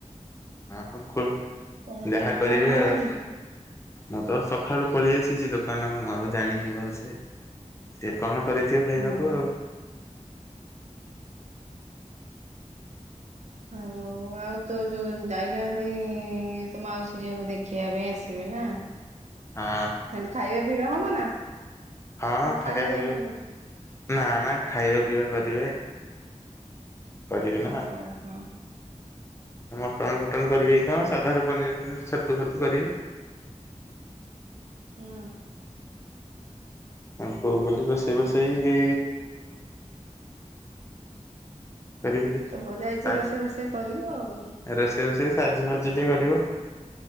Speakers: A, on the left; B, on the right.
A: ହଁ ଖୁ
B: କଣ
A: -ଯାହା
B: କରୁଛନ୍ତି
A: କରିବେ
B: ତାଙ୍କର
A: ଆଉ।
B: ଆଜି?
A: ମୁଁ ତ ସକାଳୁ ପଳେଇ ଆସିଛି ଦୋକାନ ମୁଁ ଆଉ ଜାଣିନି ଭଲସେ। ଟିକେ କଣ କରିଥିବେ ଖାଇବାକୁ
B: ହଁ
A: ଆଉ।
B: ହଁ ଆଉ ତୋ ଯୋଉ ଯାଇଛନ୍ତି ତୋ ମାଉସୀ ଝିଅକୁ ଦେଖିବା ପାଇଁ ଆସିବେ ନା?
A: ହଁ।
B: ତାହେଲେ ଖାଇବା ପିଇବା ହବ ନା,
A: ହଁ
B: ନା
A: ଖାଇବା
B: ଖାଲି
A: ପିଇବା
B: ଏମିତି?
A: ନା ନା ଖାଇବା ପିଇବା କରିବେ। କରିବେ
B: ହଁ,
A: ନା।
B: ହଁ।
A: ମଟନ ଫଟନ କରିବେ କି କଣ ସାଧାରେ ପନିର ପନିର ଛତୁ ଫତୁ କରିବେ।
B: ହୁଁ।
A: ହବ ବୋଲି ରୋଷେଇ ଫୋଷେଇ କରିବିନି।
B: ତ ବୋଉ ଯାଇଛି
A: ସାଜ
B: ରୋଷେଇ ଫୋଷେଇ କରିବ ଆଉ।
A: ରୋଷେଇ ଫୋଷେଇ ସାହାଯ୍ୟ ଫାହାଜ୍ୟ ଟିକେ କରିବ।